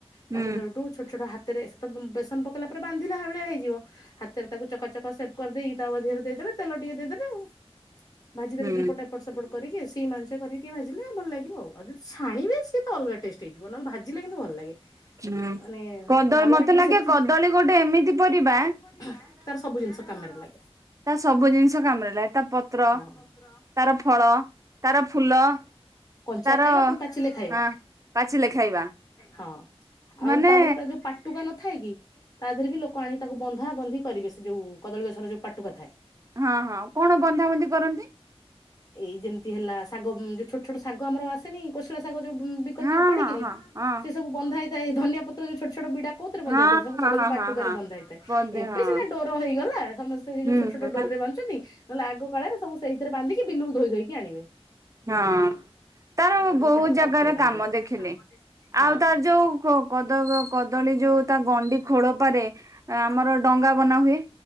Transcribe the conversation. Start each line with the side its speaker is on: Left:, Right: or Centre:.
Right: ହୁଁ
Left: ତାକୁ ସେଉଠୁ ଛୋଟ ଛୋଟ ହାତ ରେ ସେ ତ ବେସନ ପକେଇଲା ପରେ ବାନ୍ଧିଲା ଭଳିଆ ହେଇଯିବ। ହାତରେ ତାକୁ ଚକା ଚକା ସେ କରିଦେଇକି ତାୱ ଦିହରେ ଦେଇଦେବେ ତେଲ ଟିକେ ଦେଇଦେବେ ଆଉ। ଭାଜି ଦେବେ
Right: ହୁଁ
Left: ଦିପଟ ଏପଟ ସେପଟ କରିକି ସେଇ ମାଂସ କରିକି ଭାଜିଲେ ଭଲ ଲାଗିବ ଆଉ। ଅଯେ ଛାଣିବି ସେତ ଅଲଗା ଟେଷ୍ଟ ହେଇଯିବ ନହେଲେ ଭାଜିଲେ କିନ୍ତୁ ଭଲ ଲାଗେ।
Right: ହୁଁ ହୁଁ
Left: ମାନେ
Right: କଦଳୀ
Left: ତାୱରେ
Right: ମତେ
Left: ଟିକେ
Right: ଲାଗେ
Left: ସେକିକି
Right: କଦଳୀ
Left: ମତେ ଲାଗେ
Right: ଗୋଟେ
Left: କଦଳି
Right: ଏମିତି
Left: ଗୋଟେ
Right: ପରିବା
Left: ଏମିତି ତାର ସବୁ ଜିନିଷ କାମରେ ଲାଗେ।
Right: ତାର ସବୁ ଜିନିଷ କାମରେ ଲାଗେ ତା ପତ୍ର
Left: ପତ୍ର
Right: ତାର ଫଳ ତାର ଫୁଲ
Left: ଙ୍କଞ୍ଚା
Right: ତାର
Left: ଖାଇବା ପୁଣି ପାଚିଲେ ଖାଇବା।
Right: ହଁ ପାଚିଲେ ଖାଇବା
Left: ହଁ
Right: ମାନେ
Left: ଆଉ ତାପରେ ତା ଯୋଉ ପାଟୁକା ନ ଥାଏ କି ତା ଦେହରେ ବି ଲୋକ ଆଣିକି ତାକୁ ବନ୍ଧା ବନ୍ଧି କରିବେ ସେ ଯୋଉ କଦଳୀ ଗଛର ଯୋଉ ପାଟୁକା ଥାଏ।
Right: ହଁ ହଁ କଣ ବନ୍ଧାବନ୍ଧି କରନ୍ତି?
Left: ଏଇ ଯେମିତି ହେଲା ଶାଗ ଯୋଉ ଛୋଟ ଛୋଟ ଶାଗ ଆମର ଆସେନି କୋଶଳା ଶାଗ ଯୋଉ ବି କନ୍ତି
Right: ହଁ
Left: ଓପାଡିକିରି
Right: ହଁ ହଁ ହଁ
Left: ସେ ସବୁ ବନ୍ଧ ହେଇଥାଏ ଧନଆ ପତ୍ର ଯୋଉ ଛୋଟ ଛୋଟ ବିଡା। କଉଥି ରେ ବନ୍ଧା
Right: ହଁ
Left: ହେଇଇଥାଏ ସବ
Right: ହଁ
Left: କଦଳୀ
Right: ହଁ
Left: ପାଟୁକା
Right: ହଁ ହଁ
Left: ରେ ବନ୍ଧା ହେଇଥାଏ।
Right: ବୋଧେ
Left: ଏବେ
Right: ହଁ
Left: ସିନା ଡୋର ହେଇଗଲା ସମସ୍ତେ ସେ
Right: ହୁଁ
Left: ଯୋଉ ଛୋଟ ଛୋଟ
Right: ହୁଁ
Left: ଡୋର ରେ ବାନ୍ଧୁଛନ୍ତି। ନ ହେଲେ ଆଗ କାଳ ସବୁ ସେଇଥିରେ ନ୍ଧିକି ବିଲରୁ ଧୋଇ ଧୋଇକି ଆଣିବେ।
Right: ହଁ। ତାର
Left: ଆଉ କଦଳୀ
Right: ବହୁତ
Left: ପାଟୁକା
Right: ଜାଗାରେ
Left: ସବୁଥିରେ କାମରେ
Right: କାମ
Left: ଲାଗେ
Right: ଦେଖିଲେ
Left: ହଁ।
Right: ଆଉ ତାର ଯୋଉ କଦଳୀ ଯୋଉ ତା ଗଣ୍ଡି ଖୋଳପାରେ ଆମର ଡଙ୍ଗା ବନା ହୁୁଏ।